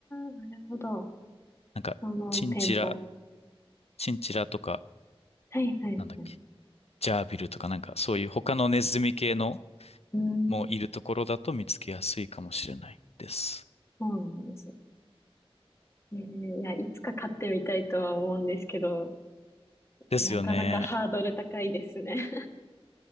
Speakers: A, on the left (about 25°); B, on the left (about 85°).
A: なるほど。
B: なんかチンチラ、
A: その店舗。
B: チンチラとか、
A: はいはいはい。
B: なんだっけ、ジャービルとかなんかそういう他のネズミ系の
A: うーん、
B: もいるところだと見つけやすいかもしれないです。
A: そうなんです。えー、いや、いつか買ってみたいとは思うんですけど、
B: ですよね。
A: なかなかハードル高いですね。